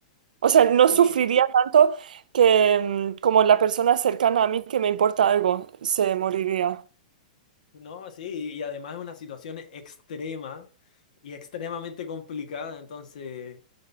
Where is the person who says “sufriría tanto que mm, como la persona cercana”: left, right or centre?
Right